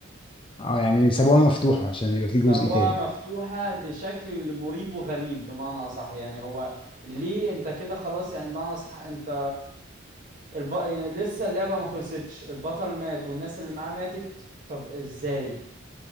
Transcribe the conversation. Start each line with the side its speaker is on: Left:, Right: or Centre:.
Left: اه يعني سابوها مفتوحة عشان يبقى
Right: سابوها
Left: في جزء تالت
Right: مفتوحة بشكل مريب وغريب بمعنى أصح يعني هو ليه أنت كده خلاص يعني بمعنى أصح أنت الب... لسه اللعبة ما خلصتش البطل مات والناس اللي معاه ماتت طب إزاي